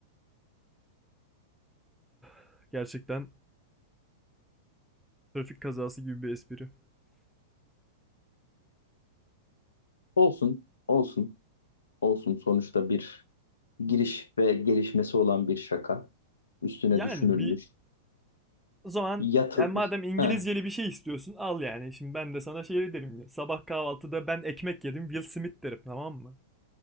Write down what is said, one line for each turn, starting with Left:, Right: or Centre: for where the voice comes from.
Centre: <sighs> <laughs> Gerçekten trafik kazası gibi bir espri.
Left: olsun, olsun, olsun. Sonuçta bir giriş ve gelişmesi olan bir şaka. Üstüne
Centre: Yani
Left: düşünülmüş,
Centre: bir O zaman
Left: yatılmış.
Centre: yani madem İngilizceli
Left: Heh.
Centre: bir şey istiyorsun al yani. Şimdi ben de sana şey derim. ya, Sabah kahvaltıda ben ekmek yedim Will Smith derim tamam mı?